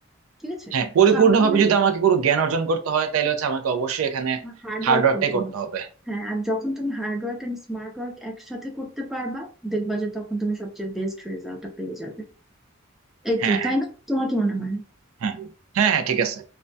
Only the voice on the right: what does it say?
হ্যাঁ পরিপূর্ণভাবে
যদি
আমাকে কোনো জ্ঞান অর্জন করতে হয় তাহলে হচ্ছে আমাকে অবশ্যই এখানে
হার্ডওয়ার্কটাই
করতে
হবে
হ্যাঁ
হ্যাঁ
হ্যাঁ হ্যাঁ হ্যাঁ ঠিক আছে